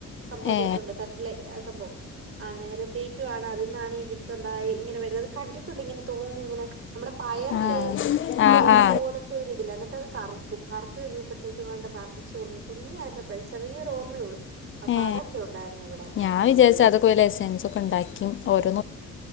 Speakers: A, on the right; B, on the left.
A: സംഭവ
B: ഏ
A: ചെ ഉണ്ട് കറക്ട് ലേ ആ സംഭവം ആ നേരത്തേക്കു ആണ്. അതിൽനിന്നാണ് ഈ വിത്തു ഉണ്ടായി ഇങ്ങനെ വരുന്നത് കണ്ടിട്ടുണ്ട് ഇങ്ങനെ തൂങ്ങി ഇങ്ങനെ നമ്മുടെ പയറില്ലേ
B: ആ
A: പയറ്
B: ആ ആ
A: പോലത്തെ ഒരിതില്ലേ എന്നിട്ട് അത് കറുക്കും കറുത്തു കഴിയുമ്പോഴത്തേക്കും വേണ്ട പറി ച്ചുടുന്നു കുഞ്ഞായിരുന്നപ്പഴേ ചെറിയോരർമയള്ളു അപ്പതൊക്കെ
B: ഏ
A: ഉണ്ടായിരുന്നു ഇവിടെ
B: ഞാൻ വിചാരിച്ചു അതൊക്കെഎസൻസ് ഒക്കെ ഉണ്ടാക്കി ഓരോ